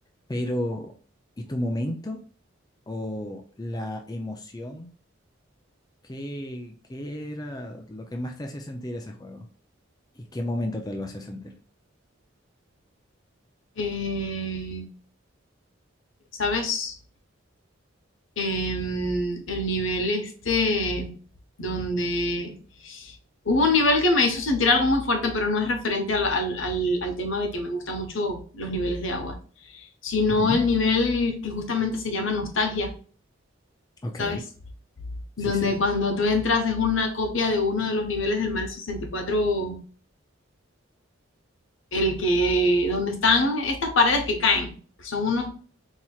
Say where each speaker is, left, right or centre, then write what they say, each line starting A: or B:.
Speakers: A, on the left; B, on the left.
A: Pero, ¿y tu momento o la emoción? ¿Qué, qué era lo que más te hacía sentir ese juego? ¿Y qué momento te lo hacía sentir?
B: Eh, ¿sabes? Em, el nivel este donde hubo un nivel que me hizo sentir algo muy fuerte, pero no es referente al, al- al- al tema de que me gustan mucho los niveles de agua, sino
A: Ujú,
B: el nivel que justamente se llama nostalgia,
A: Ok,
B: ¿sabes?
A: sí,
B: Donde
A: sí.
B: cuando tú entras es una copia de uno de los niveles del Mario 64, el que, donde están estas paredes que caen, que son unos,